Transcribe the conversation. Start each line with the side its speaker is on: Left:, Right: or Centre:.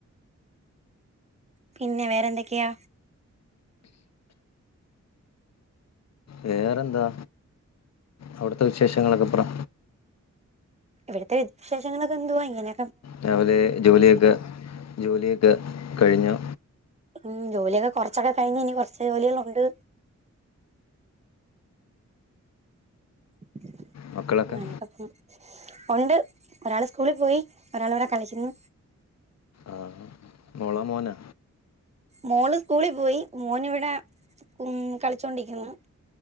Right: പിന്നെ വേറെന്തൊക്കെയാ?
Left: വേറെന്താ അവ്ട്ത്തെ വിശേഷങ്ങളൊക്കെപ്പറ
Right: ഇവ്ട്ത്തെ വിശേഷങ്ങളൊക്കെ എന്തുവാ ഇങ്ങനെ
Left: രാവിലേ ജോലിയൊക്കെ ജോലിയൊക്കെ കഴിഞ്ഞോ?
Right: ഉം ജോലിയൊക്കെ കൊറച്ചൊക്കെ കയിഞ്ഞ് ഇനി കൊറച്ച് ജോലികളൊണ്ട്. <unintelligible>
Left: മക്കളൊക്കെ
Right: ഉം ഒണ്ട് ഒരാള് സ്കൂളി പോയി ഒരാള് ഇവ്ടെ കളിക്കുന്നു
Left: ആഹ് മോളാ മോനാ?
Right: മോള് സ്കൂളിപോയി മോന് ഇവ്ടെ ഉം കളിച്ചോണ്ടിക്ക്‌ന്നു.